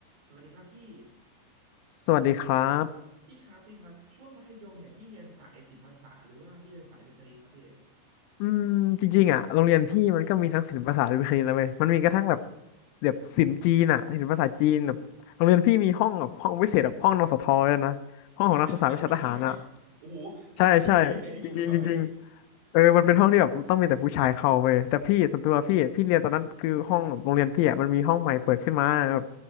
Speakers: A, on the right; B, on the left.
A: สวัสดีครับพี่
B: สวัสดีครับ
A: พี่ครับพี่ครับช่วงมัธยมเนี่ยพี่เรียนสายศิลปภาษาหรือว่าพี่เรียนสายวิทย์คณิตครับพี่
B: อืมจริงๆอ่ะโรงเรียนพี่มันก็มีทั้งศิลปศาสตร์และวิทยาศาสตน์เลยว้ยมันมีกระทั่งแบบแบบศิลป์จีนอ่ะศิลปศาสตร์จีนแบบโรงเรียนพี่มีห้องแบบห้องพิเศษแบบห้องนสทด้วยนะ ห้องของนักศึกษาวิชาทหารอ่ะ
A: ฮะเป็นเป็นเป็นห้องเกี่ยวกับโอ้โหอันอันนี้อันนี้ไม่เคยได้ยินมาก่อนเลย
B: ใช่ใช่จริงๆจริงๆเออมันเป็นห้องที่แบบต้องมีแต่ผู้ชายเข้าเว้ยแต่พี่ส่วนตัวพี่พี่เรียนตอนนั้นคือห้องโรงเรียนพี่อ่ะมันมีห้องใหม่เปิดขึ้นมาแบบ